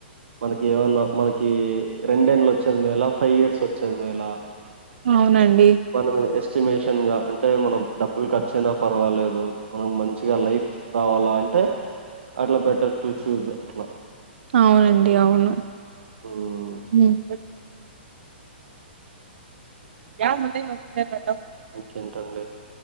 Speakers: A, on the right (about 85°); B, on the right (about 70°).
A: మనకి ఏమన్నా మనకి రెండేళ్ళ వచ్చది మేల ఫైవ్ ఇయర్స్ వచ్ చేదిమేలా
B: అవునండి
A: మనము ఎస్టిమేషన్ అంట అంటే మనం డబ్బులు కర్చ పర్వాలేదు మనకు మంచిగా లైఫ్ రావాలా అంటే అట్ల బెటర్ టు చూజ్ అట్ల
B: అవునండి అవును
A: హ్మ్.
B: హమ్ యా మన నతా
A: ఇంకేంటండి?